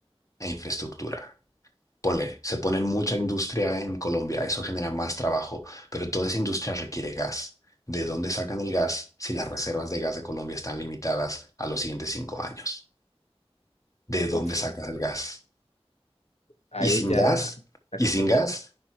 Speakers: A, on the left; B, on the left.
A: e infraestructura. Ponle, se pone mucha industria en Colombia, eso genera más trabajo, pero toda esa industria requiere gas. ¿De dónde sacan el gas si las reservas de gas de Colombia están limitadas a los siguientes cinco años? ¿De dónde
B: Uf,
A: sacas el gas?
B: ahí
A: Y sin
B: ya
A: gas,
B: está
A: y
B: complicado.
A: sin gas,